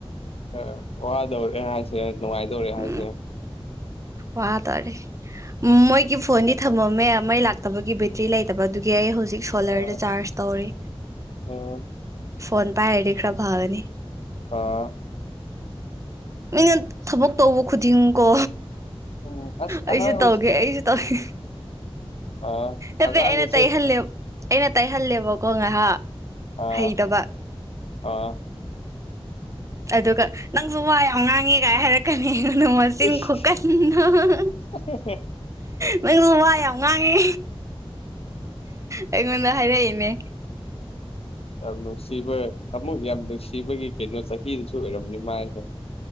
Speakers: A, on the left; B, on the right.
A: ꯈꯔ ꯋꯥꯗꯧꯔꯦ ꯍꯥꯏ ꯅꯨꯡꯉꯥꯏꯗꯧꯔꯦ ꯍꯥꯏꯁꯤꯔ
B: ꯎꯝ ꯋꯥ ꯗꯧꯔꯦ ꯃꯣꯏꯒꯤ ꯐꯣꯟꯅꯤ ꯊꯝꯃꯝꯃꯦ ꯃꯩ ꯂꯥꯛꯇꯕꯒꯤ ꯕꯦꯇ꯭ꯔꯤ ꯂꯩꯇꯕ ꯑꯗꯨꯒꯤ ꯑꯩ ꯍꯧꯖꯤꯛ ꯁꯣꯂꯔꯗ
A: ꯑ
B: ꯆꯥꯔꯖ ꯇꯧꯔꯤ
A: ꯎꯝ
B: ꯐꯣꯟ ꯄꯥꯏꯔꯗꯤ ꯈꯔ ꯐꯒꯅꯤ
A: ꯑꯥ
B: ꯃꯤꯅ ꯊꯕꯛ ꯇꯧꯕ ꯈꯨꯗꯤꯡꯀꯣ
A: ꯎꯝ ꯑꯁ
B: ꯑꯩꯁꯨ
A: ꯑꯉꯥꯡꯈꯩꯁꯦ
B: ꯇꯧꯒꯦ ꯑꯩꯁꯨ ꯇꯧꯒꯦ
A: ꯑ
B: ꯑꯗꯨꯗꯤ
A: ꯑꯉꯥꯡꯈꯩꯁꯦ
B: ꯑꯩꯅ ꯇꯩꯍꯜꯂꯦ ꯑꯩꯅ ꯇꯩꯍꯜꯂꯦꯕꯀꯣ ꯉꯥꯏꯍꯥꯛ
A: ꯑꯥ
B: ꯍꯩꯇꯕ
A: ꯑꯥ
B: ꯑꯗꯨꯒ ꯅꯪꯖꯨ ꯋꯥ ꯌꯥꯝ ꯉꯥꯡꯉꯦ ꯒꯥꯏ ꯍꯥꯏꯔꯛ ꯀꯅꯤ ꯃꯆꯤꯟ
A: ꯏꯁ
B: ꯈꯨꯀꯟ ꯑꯃ
A: <unintelligible>
B: ꯅꯪꯗꯣ ꯋꯥ ꯌꯥꯝ ꯉꯥꯡꯉꯦ ꯑꯩꯉꯣꯟꯗ ꯍꯥꯏꯔꯛꯏꯅꯦ
A: ꯌꯥꯝ ꯅꯨꯡꯁꯤꯕ ꯑꯃꯛ ꯌꯥꯝ ꯅꯨꯡꯁꯤꯕꯒꯤ ꯀꯩꯅꯣ ꯆꯍꯤꯗꯨꯁꯨ ꯑꯣꯏꯔꯝꯅꯤ ꯃꯥꯁꯦ